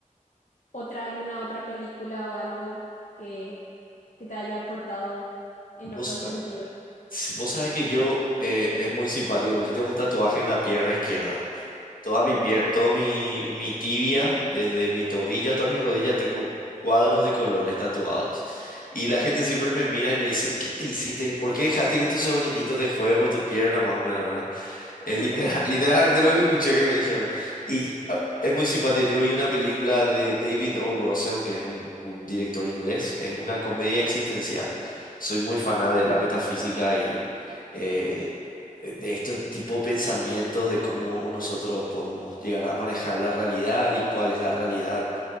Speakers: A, on the left; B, on the left.
A: otra, alguna otra película o algo que, que te haya aportado en
B: Vos,
A: otro sentido?
B: ah, si vos sabés que yo, eh, es muy simpático, porque yo tengo un tatuaje en la pierna izquierda. Toda
A: Ujú.
B: mi pierna, todo mi, mi tibia, desde mi tobillo hasta mi rodilla, tengo cuadros de colores tatuados. Y la
A: Wow.
B: gente siempre me mira y me dice, ¿qué te hiciste? ¿Por qué dejaste que tu sobrinito te juegue por tu pierna, más o menos, ¿verdad? Es
A: <laughs>
B: litera- <laughs> literalmente lo que escuché que me dijeron. Y ah, es muy simpático. Yo vi una película de David O. Russell, que es un, un director inglés. Es una comedia existencial. Soy muy faná de la metafísica y eh, de estos tipo de pensamientos de cómo nosotros podemos llegar a manejar la realidad y cuál es la realidad.